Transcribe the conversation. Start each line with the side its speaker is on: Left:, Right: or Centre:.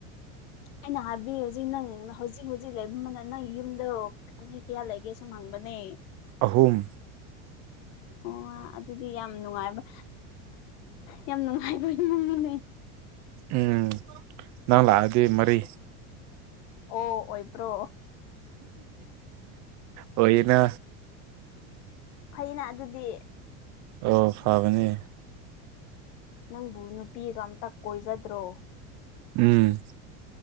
Left: ꯑꯩꯅ ꯍꯥꯏꯕꯗꯤ ꯍꯧꯖꯤꯛ ꯅꯪ ꯍꯧꯖꯤꯛ ꯍꯧꯖꯤꯛ ꯂꯩꯕ ꯅꯪ ꯌꯨꯝꯗꯣ ꯃꯤ ꯀꯌꯥ ꯂꯩꯒꯦ ꯁꯨꯝ ꯍꯪꯕꯅꯦ
Right: ꯑꯍꯨꯝ
Left: ꯑꯣ ꯑꯗꯨꯗꯤ ꯌꯥꯝ ꯅꯨꯡꯉꯥꯏꯕ ꯌꯥꯝ ꯅꯨꯡꯉꯥꯏꯕ ꯏꯃꯨꯡꯅꯤꯅꯦ
Right: ꯎꯝ ꯅꯪ ꯂꯥꯛꯑꯗꯤ ꯃꯔꯤ
Left: ꯑꯣ ꯑꯣꯏꯕ꯭ꯔꯣ
Right: ꯑꯣꯏꯅ
Left: ꯐꯩꯅ ꯑꯗꯨꯗꯤ
Right: ꯑꯣ ꯐꯥꯕꯅꯦ
Left: ꯅꯪꯕꯨ ꯅꯨꯄꯤꯒ ꯑꯝꯇ ꯀꯣꯏꯖꯗ꯭ꯔꯣ
Right: ꯎꯝ